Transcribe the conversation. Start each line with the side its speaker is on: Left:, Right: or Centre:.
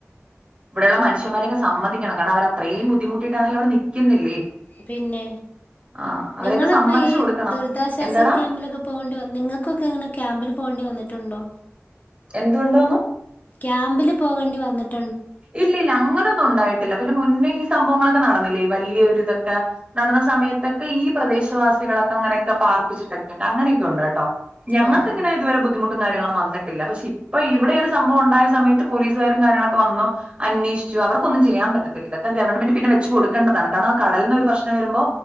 Right: ഇവിടെള്ള മറ്റ്- മനുഷ്യൻമ്മാരെ സമ്മതിക്കണം കാരണം അവര് അത്രയും ബുദ്ധമുട്ടി ട്ടാണെങ്കിലും അവിടെ നിക്കുന്നില്ലേ
Left: പിന്നെ
Right: ആ അവരെയൊക്കെ
Left: നിങ്ങളളൊക്കെ
Right: സമ്മതിച്ചു
Left: ഇപ്പോ ഈ
Right: കൊടുക്കണം
Left: ദുരിതാശ്വാസ
Right: എന്താടാ
Left: ക്യാമ്പിലൊക്കെ പോവേണ്ടി നിങ്ങൾക്കൊക്കെ എങ്ങനെ ക്യാമ്പില് പോകേണ്ടി വന്നിട്ടുണ്ടോ
Right: എന്തുണ്ടോന്ന്
Left: ക്യാമ്പില് പോകേണ്ടി വന്നിട്ട്
Right: ഇല്ല ഇല്ല അങ്ങനൊന്നും ഉണ്ടായിട്ടില്ല പിന്നെ മുന്നേ ഈ സംഭവങ്ങളൊ ക്കെ നടന്നില്ലേ ഈ വല്ല്യൊരു ഇതൊക്കെ നടന്ന സമയത്തൊക്കെ ഈ പ്രദേശവാസികളൊക്കെ അങ്ങനെയൊക്കെ പാർപ്പിച്ചിട്ടൊക്കെ ഉണ്ട് അങ്ങനെയൊക്കെ ഉണ്ട് കേട്ടോ ഞങ്ങക്ക്
Left: ആഹ്
Right: അങ്ങനെ
Left: ആഹ്
Right: ഇതുവരെ ബുദ്ധമുട്ടും കാര്യങ്ങളും ഒന്നും വ ന്നിട്ടില്ല പക്ഷെ ഇപ്പ ഇവിടെ ഒരു സംഭവം ഉണ്ടായ സമയത്ത് പോലീസുകാരും കാര്യങ്ങളൊ ക്കെ വന്നു അന്വേഷിച്ചു അവർക്കൊന്നും ചെയ്യാൻ പറ്റത്തില്ല ഇതൊക്കെ ഗവൺമെന്റ് പിന്നെ വെച്ച് കൊടുക്കേണ്ടതാണ് കാരണം കടലീന്ന് ഒരു പ്രശ്നം വരുമ്പോ